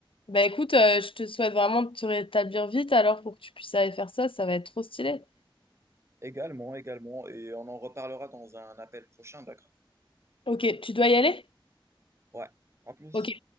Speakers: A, on the left; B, on the right.
A: Bah écoute, euh, je te souhaite vraiment de te rétablir vite alors pour que tu puisses aller faire ça, ça va être trop stylé.
B: Également, également, et on en reparlera dans un appel prochain, d'accord?
A: Ok, tu dois y aller?
B: Ouais, à plus.
A: Ok,